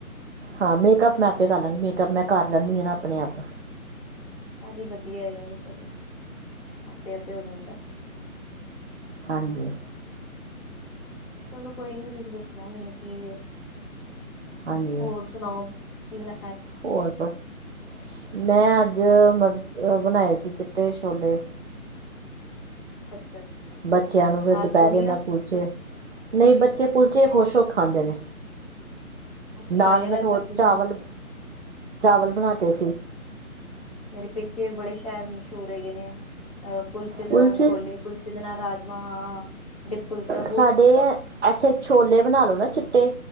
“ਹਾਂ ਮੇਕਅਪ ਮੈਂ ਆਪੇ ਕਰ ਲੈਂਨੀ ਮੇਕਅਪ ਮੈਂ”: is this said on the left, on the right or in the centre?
Right